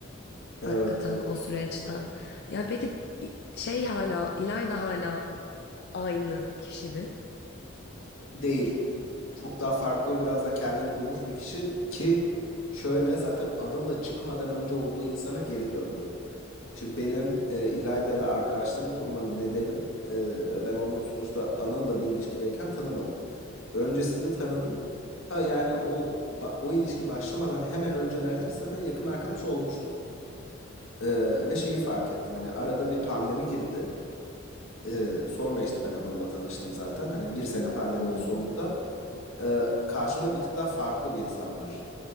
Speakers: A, on the left; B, on the left.
A: <laughs>
B: Hakikaten
A: Evet.
B: o süreçten. Yani peki i- şey hala, İlayda hala aynı kişi mi?
A: Değil. Çok daha farklı biraz da kendini bulmuş bir kişi ki şöyle zaten Anıl'la çıkmadan önce olduğu insana geri döndü. Şimdi benim e, İlayda ile arkadaşlığımı kurma nedenim e, ben onu sonuçta Anıl'la bir ilişkideyken tanımadım. Öncesinde tanıdım. Ha yani o ba- o ilişki başlamadan hemen öncelerde biz zaten yakın arkadaş olmuştuk. E, ve şeyi fark ettim hani arada bir pandemi girdi. Ee, sonra işte ben Anıl'la tanıştım zaten. Hani bir sene pandeminin
B: Hmm.
A: sonunda e, karşımda bir tık daha farklı bir insan var.